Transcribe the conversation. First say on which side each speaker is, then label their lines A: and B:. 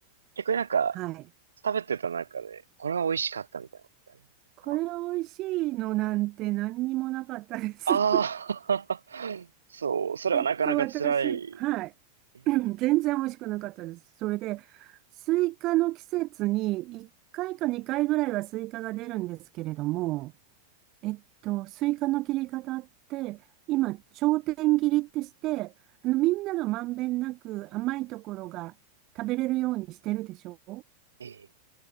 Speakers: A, on the right; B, on the right.
A: 逆になんか、
B: はい。
A: 食べてた中で、これは美味しかったみたいなのってありませんか
B: これ美味しいのなんて何にもなかったです。
A: ああー、
B: <laughs>
A: <laughs> そう、それはなかなか辛い。
B: えっと、私、はい。
A: ええ、
B: <clears throat> 全然美味しくなかったです。それで、スイカの季節に1回か2回ぐらいはスイカが出るんですけれども、えっと、スイカの切り方って、今、頂点切りってして、あの、みんながまんべんなく甘いところが食べれるようにしてるでしょ
A: え